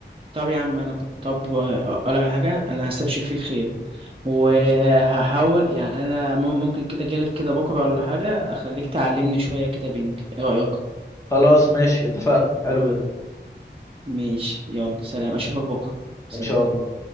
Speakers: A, on the right; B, on the left.
A: طب يا عم انا ب... طب اقول لك على حاجه انا هستبشر فيك خير وهحاول يعني انا مم- ممكن كده اجيلك كده بكره ولا حاجه اخليك تعلمني شويه كده بينك ايه رايك
B: خلاص ماشي اتفقنا حلو جدا
A: ماشي يلا سلام اشوفك بكرة سلام
B: ان شاء الله